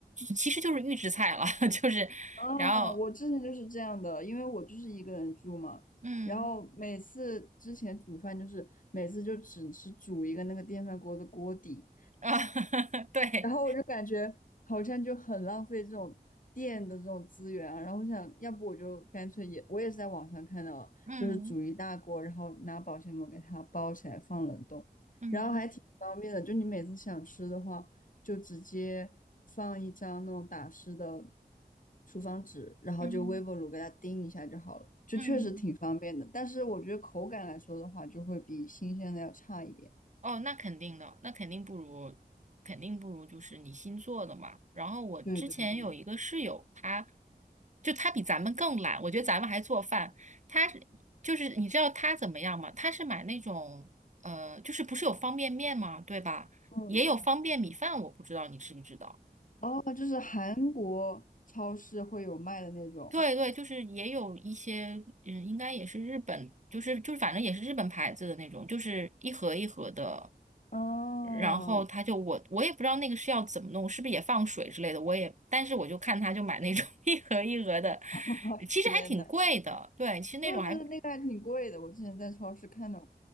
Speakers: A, on the right (about 45°); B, on the left (about 55°).
A: 其实就是预制菜了，<laughs> 就是然后
B: 啊，我之前就是这样的，因为我就是一个人住嘛，
A: 嗯
B: 然后每次之前煮饭就是每次就只是煮一个那个电饭锅的锅底，
A: 啊 <laughs> 对
B: 然后我就感觉好像就很浪费这种电的这种资源啊。然后我想要不我就干脆也，我也是在网上看到了就是煮一大锅，
A: 嗯
B: 然后拿保鲜膜给它包起来放冷冻，
A: 嗯
B: 然后还挺方便的。就你每次想吃的话，就直接放一张那种打湿的厨房纸，然后就微波炉给它叮一下就好了，
A: 嗯嗯。
B: 就确实挺方便的。
A: 嗯
B: 但是我觉得口感来说的话，就会比新鲜的要差一点。
A: 哦，那肯定的，那肯定不如，肯定不如就是你新做的嘛。然后我之前有一个室友，
B: 对对对，
A: 他就他比咱们更懒，我觉得咱们还做饭，他是就是你知道他怎么样吗？他是买那种呃，就是不是有方便面吗？对吧？
B: 嗯。
A: 也有方便米饭，我不知道你知不知道。
B: 哦，就是韩国超市会有卖的那种。
A: 对对，就是也有一些，嗯，应该也是日本，就是就是反正也是日本牌子的那种，就是一盒一盒的，
B: 哦，
A: 然后他就我我也不知道那个是要怎么弄，是不是也放水之类的，我也，但是我就看他就买那种 <laughs> 一盒一盒的，
B: <laughs>
A: 其实还挺贵的，
B: 天呐，
A: 对，其实那种还
B: 对对对，那个还挺贵的，我之前在超市看到过。